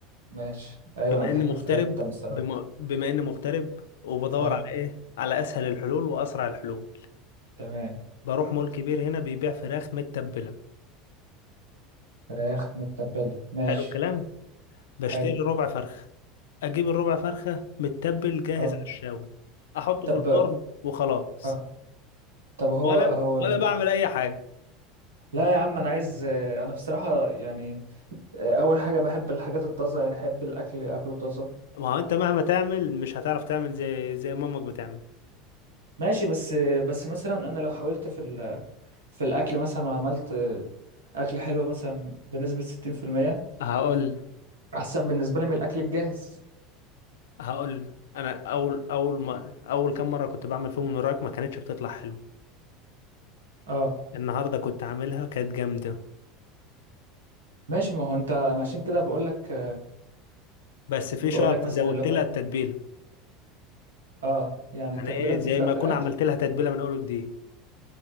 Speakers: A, on the right; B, on the left.
A: ماشي ايوه
B: بما
A: انا بحب
B: اني مغترب
A: الفراخ جدا بصراحه
B: بما, بما اني مغترب وبدور
A: اه
B: على ايه على اسهل الحلول واسرع الحلول
A: تمام
B: بروح مول كبير هنا بيبيع فراخ متبله
A: فراخ متبله ماشي
B: حلو الكلام بشتري
A: حلو
B: ربع فرخة أجيب الربع فرخة متبل جاهز
A: اه
B: على الشاوي أحطه
A: طب
B: في الفرن وخلاص
A: اه طب هو
B: ولا
A: هو ال...
B: ولا بعمل أي حاجة
A: لا يا عم انا عايز آه، انا بصراحه يعني آه، اول حاجه بحب الحاجات الطازه يعني احب الاكل اكله طازه
B: ما هو أنت مهما تعمل مش هتعرف تعمل زي زي مامك بتعمل
A: ماشي بس آه، بس مثلا انا لو حاولت في ال... في الاكل مثلا وعملت آه، اكل حلو مثلا بنسبه 60%
B: هقول
A: احسن بالنسبه لي من الاكل الجاهز
B: هقول أنا أول أول ما أول كام مرة كنت بعمل فيهم من وراك ما كانتش بتطلع حلو
A: اه
B: النهاردة كنت عاملها كانت جامدة
A: ماشي ما هو انت انا عشان كده بقول لك
B: بس في
A: بقول
B: شرط
A: لك مثلا
B: زودت
A: اللي هو
B: لها التتبيلة
A: اه يعني
B: يعني
A: التتبيلة
B: إيه
A: بتفرق
B: زي ما
A: في
B: أكون
A: الأكل
B: عملت لها تتبيلة من أول وجديد